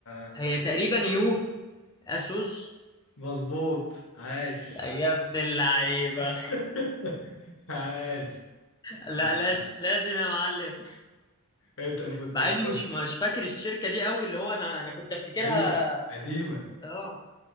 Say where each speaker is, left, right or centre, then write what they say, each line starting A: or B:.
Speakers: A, on the left; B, on the left.
A: آه،
B: هي تقريبا يو اسوس
A: مظبوط عاش
B: يا ابن اللعيبه
A: <laughs> عاش
B: <laughs> لا
A: انت
B: لازم لازم يا معلم
A: انت اللي فزت
B: مع
A: الجولة
B: اني مش مش فاكر الشركه دي قوي اللي هو انا انا كنت افتكرها
A: ايوه قديمة
B: اه